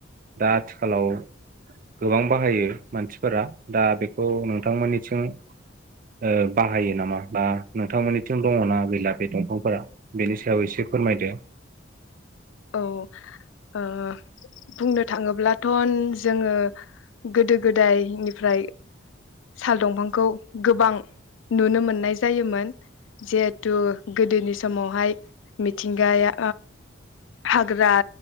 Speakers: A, on the right; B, on the left.
A: दा आथिखालाव गोबां बाहायो मानसिफोरा दा बेखौ नोंथांमोननिथिं ओ बाहायो नामा बा नोंथांमोननिथिं दङना गैला बे दंफांफोरा बेनि सायाव एसे फोरमायदो?
B: औ अ ओ बुंनो थाङोब्लाथ' अन जोङो गोदो गोदायनि फ्राय साल दंफांखौ गोबां नुनो मोननाय जायोमोन जिहेथु गोदोनि समावहाय मिथिंगाया हाग्रा